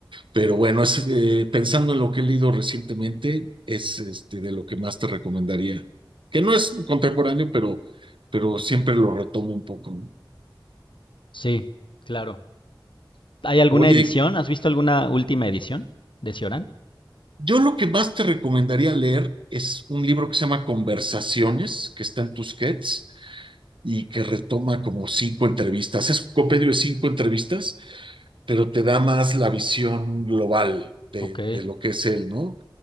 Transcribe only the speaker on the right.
pero bueno, es, eh, pensando en lo que he leído recientemente, es este, de lo que más te recomendaría. Que no es contemporáneo, pero, pero siempre lo retomo un poco. ¿no?
Oye,
yo lo que más te recomendaría leer es un libro que se llama Conversaciones, que está en Tusquets y que retoma como cinco entrevistas. Es un compendio de cinco entrevistas, pero te da más la visión global de,
de lo que es él, ¿no?